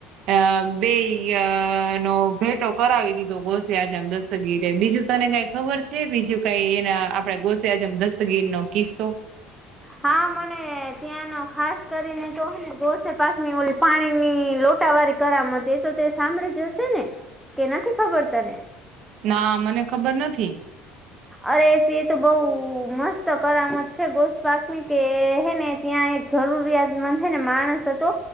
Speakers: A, on the right (about 45°); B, in the centre.
A: અબેય નો ભેટો કરાવી દીધો ઘોસી આજેમ દસ, દતગી બીજું તને કંઈ ખબર છે, બીજું કંઈ એના આપડા ગોસેજમ દસ્તગીરનો કિસ્સો,
B: હા મને ત્યાંનો ખાસ કરીને તો હેને. ગોસે પાકની ઓલી પાણીની લોટાવાળી કરામત એ તોતે સાંભળી જ હશે ને, કે નથી ખબર તને,
A: ના મને ખબર નથી,
B: અરે તેતો બઉ મસ્ત કરામત છે, ગોશ પાક ની કેહે ને ત્યાં, જરૂરિયાત મંદ છે, ને માણસ હતો